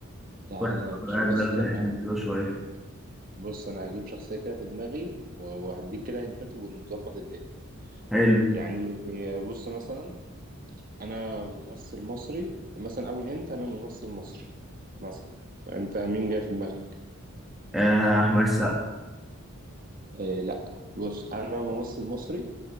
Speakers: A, on the right; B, in the centre.
A: تعالى
B: واحد
A: يا باشا
B: قاعد
A: بص
B: بقاله
A: انا
B: شويه
A: بص انا هجيب شخصيه كده في دماغي و- وهديك كده هنتات ونظبط الدنيا
B: حلو
A: يعني بص مثلا انا ممثل مصري مثلا اول هنت انا ممثل مصري مثلا انت مين جاي في دماغك
B: آه احمد سقا
A: إيه لا بص انا ممثل مصري